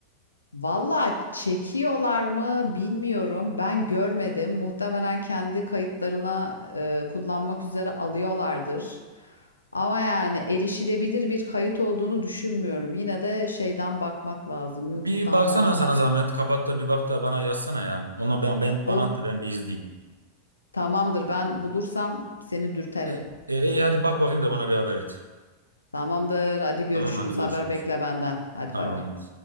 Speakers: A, on the left; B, on the right.
A: Valla çekiyorlar mı bilmiyorum. Ben görmedim. Muhtemelen kendi kayıtlarına e, kullanmak üzere alıyorlardır. Ama yani erişilebilir bir kayıt olduğunu düşünmüyorum. Yine de şeyden bakmak lazım.
B: Bir
A: YouTube'dan
B: baksana
A: falan
B: sana
A: bakmak
B: zahmet
A: lazım.
B: kapat da bir bak da bana yazsana ya. Ona ben, ben
A: Ol,
B: bana at da ben bir izleyeyim.
A: tamamdır. Ben bulursam seni dürterim.
B: E, e, iyi hadi bak bakayım da bana bir haber et.
A: Tamamdır. Hadi görüşürüz.
B: Tamam hadi görüşürüz.
A: Haber bekle benden. Hadi
B: Tamam
A: bay bay.
B: hadi.